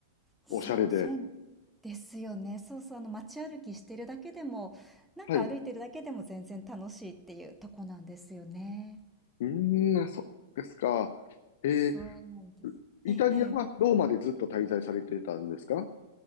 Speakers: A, in the centre; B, on the left.
A: そう、
B: おしゃれで。
A: そうですよね。そうそう、あの、街歩きしてるだけでも、なんか歩いてるだけでも全然楽しいっていうとこなんですよね。
B: はい。うーん、あそうですか。えー
A: そうなんです。
B: イタリアはローマでずっと滞在されてたんですか
A: ええ、ええ。